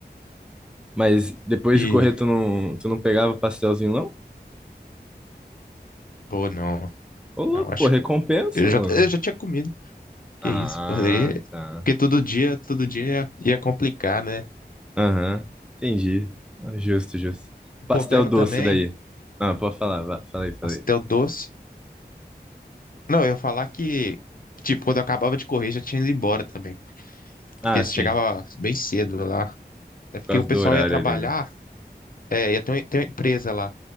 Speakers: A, in the centre; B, on the left.
A: Mas depois
B: E,
A: de correr, tu não, tu não pegava pastelzinho, não?
B: pô, não.
A: Ô, louco,
B: Não, acho
A: pô, recompensa,
B: que. Eu
A: mano.
B: já, eu já tinha comido. Que
A: Ah,
B: isso, pô. Aí-
A: tá.
B: Porque todo dia, todo dia ia complicar, né?
A: Aham. Entendi. Ah, Justo, justo.
B: O
A: Pastel
B: problema
A: doce
B: também,
A: daí. Ah, pode falar. vá- Fala aí, fala
B: pastel
A: aí.
B: doce. Não, eu ia falar que, tipo, quando eu acabava de correr, já tinha ido embora também. Porque
A: Ah,
B: chegava
A: sim.
B: bem cedo lá. É porque
A: Por causa
B: o pessoal
A: do horário
B: ia trabalhar,
A: ali, né?
B: é, ia ter uma, ter uma empresa lá.